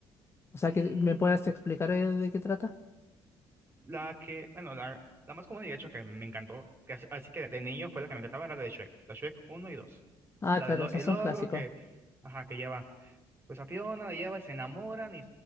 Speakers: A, on the left; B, on the right.
A: O sea,
B: Mm,
A: que me puedas explicar eh, de qué trata.
B: la que, bueno, la, la más común y de hecho que me encantó, que as- así que de niño fue la que me encantaba, era la de Shrek, la Shrek uno y dos
A: Ah,
B: La
A: claro,
B: de Lo-
A: esas
B: el
A: son
B: ogro
A: clásicos.
B: que, ajá, que lleva pues a Fiona, la lleva y se enamoran y,